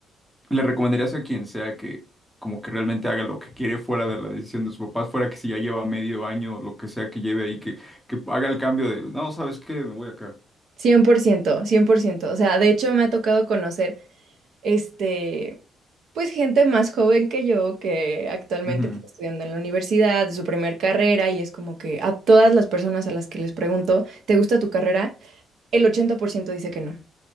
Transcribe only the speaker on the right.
cien cien por ciento cien por ciento O sea, de hecho me ha tocado conocer, este, pues gente más joven que yo que actualmente
está estudiando en la universidad, de su primer carrera, y es como que a todas las personas a las que les pregunto, ¿te gusta tu carrera? El 80% dice que no.